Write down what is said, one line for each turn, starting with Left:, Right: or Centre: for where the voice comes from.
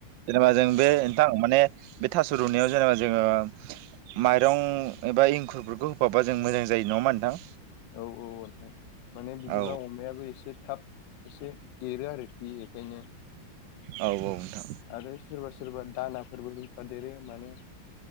Right: जेनेबा जों बे नोंथां माने बे थास' रुनायाव जेनेबा जोङो माइरं एबा एंखुरफोरखौ होफाबा जों मोजां जायो नङामा नोंथां
Left: औ औ नोंथां माने बिदिबा
Right: औ
Left: अमायाबो एसे थाब एसे देरो आरोखि बेखायनो
Right: औ नोंथां
Left: आरो सोरबा - सोरबा दानाफोरबो होफादेरो मानो